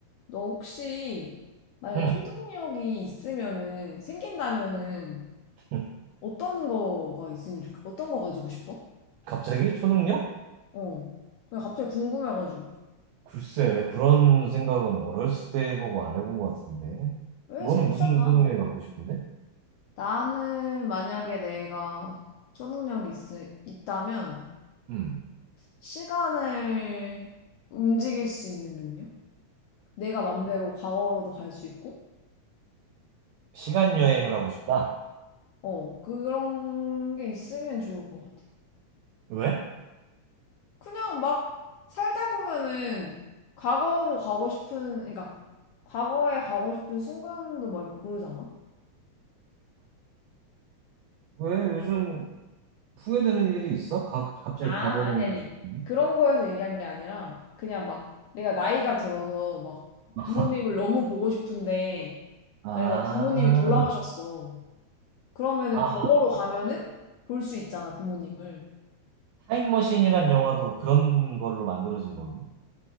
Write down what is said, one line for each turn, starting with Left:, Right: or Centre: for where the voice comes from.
Left: 너 혹시 만약에
Right: 응,
Left: 초능력이 있으면은 생긴다면은
Right: <laughs> 응.
Left: 어떤 거가 있으면 좋겠, 어떤 거 가지고 싶어?
Right: 갑자기 초능력?
Left: 어. 그냥 갑자기 궁금해가지고.
Right: 글쎄, 그런 생각은 어렸을 때 해보고 안 해본 것 같은데.
Left: 왜
Right: 너는
Left: 재밌잖아.
Right: 무슨 초능력이 갖고 싶은데?
Left: 나는 만약에 내가 초능력이 있, 있다면
Right: 음.
Left: 시간을 움직일 수 있는 능력? 내가 맘대로 과거로도 갈 수 있고?
Right: 시간 여행을 하고 싶다.
Left: 어. 그런 게 있으면 좋을 것 같아.
Right: 왜?
Left: 그냥 막 살다 보면은 과거로 가고 싶은, 그러니까 과거에 가고 싶은 순간도 막 있고 그러지 않아?
Right: 왜 요즘 후회되는 일이 있어? 가, 갑자기
Left: 아,
Right: 과거로
Left: 아니,
Right: 오고
Left: 아니.
Right: 싶은데?
Left: 그런 거에서 얘기한 게 아니라 그냥 막 내가 나이가 들어서 막
Right: <laughs> 아,
Left: 부모님을 너무 보고 싶은데
Right: 아,
Left: 만약에 막 부모님이 돌아가셨어. 그러면은
Right: 아,
Left: 과거로 가면은 볼 수 있잖아, 부모님을.
Right: 타임머신이란 영화도 그런 걸로 만들어진 거거든.